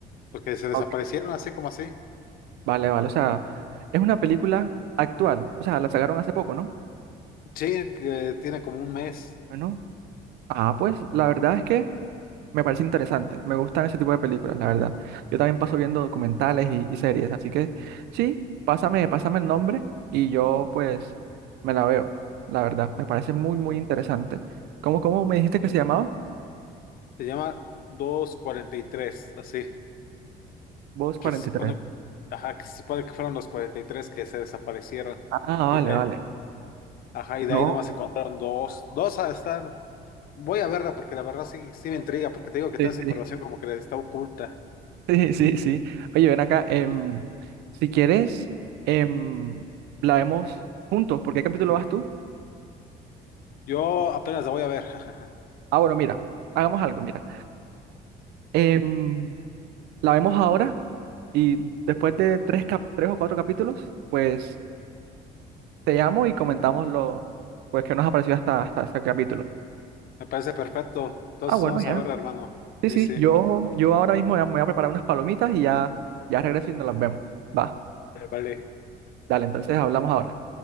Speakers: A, on the left; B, on the right.
A: porque se desaparecieron
B: ok,
A: así como así.
B: vale, vale. O sea, es una película actual. O sea, la sacaron hace poco, ¿no?
A: Sí, que tiene como un mes,
B: Bueno, ah, pues, la verdad es que me parece interesante. Me gustan ese tipo de películas, la verdad. Yo también paso viendo documentales y, y series, así que sí, pásame, pásame el nombre y yo, pues, me la veo. La verdad, me parece muy, muy interesante. ¿Cómo, cómo me dijiste que se llamaba?
A: se llama 243 así,
B: Voz 43.
A: que se supone, ajá, que se supone que fueron los 43 que se desaparecieron.
B: Ah, vale,
A: Y de,
B: vale.
A: ajá, y de
B: No,
A: ahí nomás encontraron dos, dos ah, están Voy a verla porque la verdad sí, sí me intriga, porque te digo que
B: sí,
A: toda esa
B: sí,
A: información como que está oculta.
B: <laughs> sí, sí, sí. Oye, ven acá, em, si quieres, em, la vemos juntos. ¿Por qué capítulo vas tú?
A: Yo apenas la voy a ver. <laughs>
B: Ah, bueno, mira, hagamos algo, mira. Em, la vemos ahora y después de tres, cap- tres o cuatro capítulos, pues te llamo y comentamos lo pues, que nos ha parecido hasta, hasta este capítulo.
A: Me parece perfecto. Entonces
B: Ah, bueno,
A: vamos
B: ya.
A: a verla, hermano.
B: Sí,
A: Sí,
B: sí,
A: sí.
B: yo, yo ahora mismo ya me voy a preparar unas palomitas y ya, ya regreso y nos las vemos. Va,
A: Vale.
B: dale, entonces hablamos ahora.